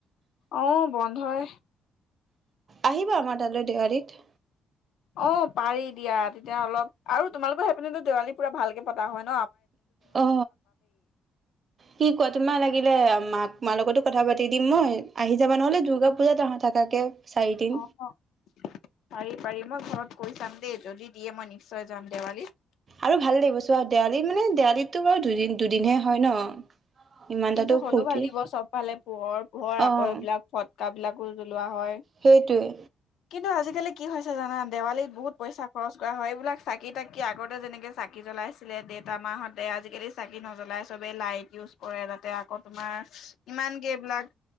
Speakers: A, on the left; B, on the right.
A: অহ বন্ধ হয়।
B: আহিবা আমাৰ তালৈ দেৱালীত।
A: অ পাৰি দিয়া তেতিয়া অলপ আৰু তোমালোকৰ সেই পিনেো দেৱালী পুৰা ভালকে পতা হয় নাই।
B: অ কি কোৱা, তোমাৰ লাগিলে মাক। তোমাৰ লগতো কথা পাতি দিম মই আহি যাবা নহ'লে দুৰ্গা পূজাত থাকাকে। চাৰিদিন
A: অ পাৰি, পাৰি মই ঘৰত কৈ চাম দেই যদি। দিয়ে মই নিশ্চয় যাম দেৱালীত।
B: আৰু ভাল লাগিব চ' আৰু দেৱালী মানে দেৱালীতো বাৰু দুদিন দুদিনহে হয় ন? ইমান
A: কিন্তু
B: তাতো
A: হ'লেও
B: ফূৰ্তি
A: ভাল লাগিব চবফালে পোহৰ-পোহৰ।
B: অ',
A: আকৌ এইবিলাক ফটকা বিলাকো জ্বলোৱা হয়।
B: সেইটোৱে,
A: কিন্তু আজিকালি- আজিকালি কি হৈছে জানা? দেৱালীত বহুত পইচা খৰচ। হয়, এইবিলাক চাকি-তাকি আগতে যেনেকে চাকি জ্বলাইছিলে দেতা, মাহতে। আজিকালি চাকি নজ্বলাই চবেই লাইট ইউজ - কৰে তাতে আকৌ তোমাৰ ইমানকৈ এইবিলাক